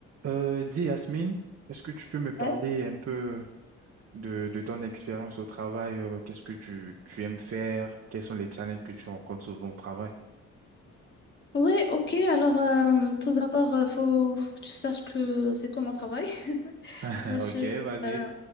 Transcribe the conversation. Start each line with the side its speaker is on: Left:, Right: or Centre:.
Right: Euh, dis Yasmine, est-ce que tu peux me parler
Left: Ouais.
Right: un peu de, de ton expérience au travail? euh, qu'est-ce que tu, tu aimes faire? Quels sont les challenges que tu rencontres souvent au travail?
Left: Ouais, ok. Alors, euh, tout d'abord, euh, faut, faut que tu saches que c'est quoi mon travail. <laughs>
Right: <laughs>
Left: Bah, je
Right: Ok,
Left: suis,
Right: vas-y.
Left: euh,